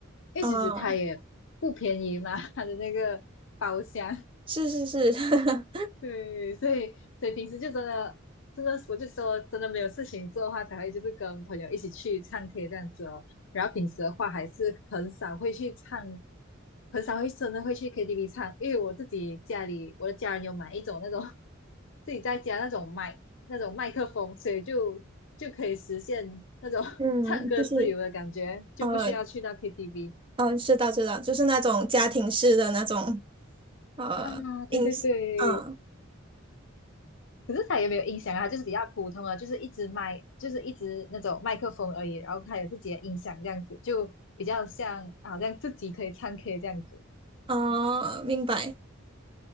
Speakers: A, on the left; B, on the right.
A: 因为其实它也不便宜嘛，
B: 啊、
A: 它的那个包厢。
B: 是是是，<laughs>
A: <laughs> 对，所以所以平时就真的真的，我就说真的没有事情做的话，才会就是跟朋友一起去唱 K 这样子哦。然后平时的话，还是很少会去唱，很少会真的会去 KTV 唱，因为我自己家里我的家人有买一种那种 <laughs> 自己在家那种麦那种麦克风，所以就就可以实现那种 <laughs>
B: 嗯，
A: 唱歌自由的感觉，
B: 就是
A: 就不需要去到
B: 呃，
A: KTV
B: 嗯，知道知道，就是那种家庭式的那种呃音，
A: 啊。对对对，
B: 嗯
A: 可是他也没有音响啊，他就是比较普通啊，就是一支麦，就是一支那种麦克风而已，然后他有自己的音响这样子，就比较像好像自己可以唱 K 这样子。
B: 哦，明白。